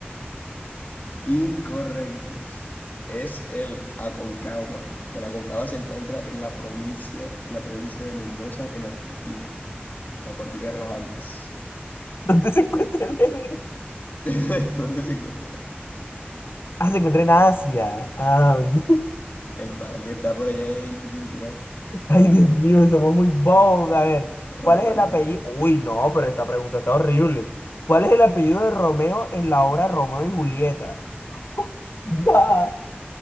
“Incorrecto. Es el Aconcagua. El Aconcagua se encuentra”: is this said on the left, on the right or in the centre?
Left